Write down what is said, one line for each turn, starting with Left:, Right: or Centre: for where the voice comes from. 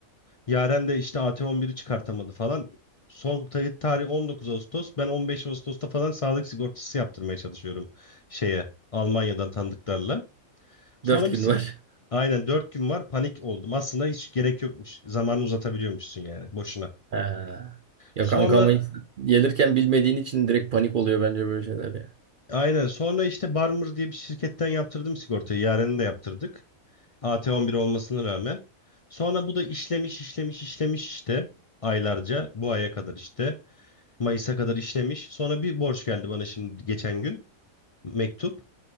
Left: Yaren de işte AT11'i çıkartamadı falan. Son tarih, tarih 19 Ağustos. Ben 15 Ağustos'ta falan sağlık sigortası yaptırmaya çalışıyorum şeye Almanya'dan tanıdıklarla. Sonra
Right: dört gün
Left: bir sigorta...
Right: var.
Left: Aynen 4 gün var panik oldum. Aslında hiç gerek yokmuş. Zamanı uzatabiliyormuşsun yani boşuna.
Right: <laughs> He. Ya
Left: Sonra
Right: kanka ama ilk gelirken bilmediğin için direkt panik oluyor bence böyle şeyler ya.
Left: aynen sonra işte Barmer diye bir şirketten yaptırdım sigortayı. Yaren'i de yaptırdık. AT11 olmasına rağmen. Sonra bu da işlemiş işlemiş işlemiş işte aylarca bu aya kadar işte. Mayıs'a kadar işlemiş. Sonra bir borç geldi bana şimdi geçen gün. Mektup.